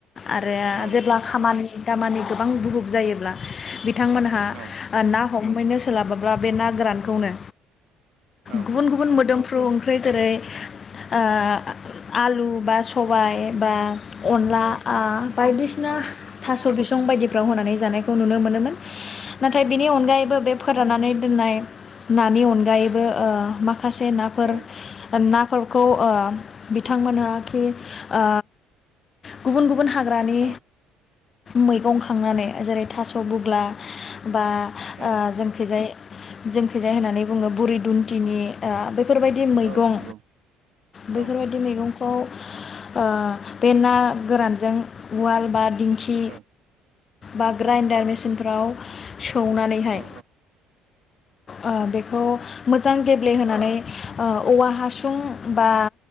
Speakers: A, on the left (about 25°); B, on the right (about 55°).
A: आरो
B: औ
A: जेब्ला खामानि दामानि गोबां बुहु जायोब्ला। थांमोनहा
B: औ
A: ना हमहैनो सोलाबाब्ला। बे ना गोरानखौनो।
B: औ
A: गुबुन गुबुन मोदोम फ्रु ओंख्रि जेरै ओ आलु बा सबाय। बा अनला
B: औ
A: ओ बायदिसिना
B: औ
A: थास' स बिसं बायदिफ्राव होनानै। जानायखौ नुनो मोनोमोन। नाथाय बिनि अनगायैबो
B: औ नंगौ
A: बे फोराननानै। दोननाय नानि अनगायैबो ओ माखा <unintelligible> नाफोर
B: औ
A: <unintelligible> फोरखौ ओ बिथांमोनहा खि ओ गुबुन गुबुन हा ग्रानि
B: औ
A: मैगं खांनानै। जेरै थास' बुग्ला। बा
B: औ
A: ओ जोंखैजाय। जोंखैजाय होननानै बुङो बुरि दुन्थिनि ओ बेफोरबायदि मैगं
B: औ नंगौ
A: बैफोरबायदि
B: औ
A: मैगं। खौ ओ बे ना गोरानजों उवाल बा दिनखि
B: औ
A: बाग्रा
B: औ
A: इन्डारमेसिन। फ्राव सौनानैहाय
B: औ
A: ओ बे खौ मोजां गेब्लेहोनानै ओ औवा हासुं बा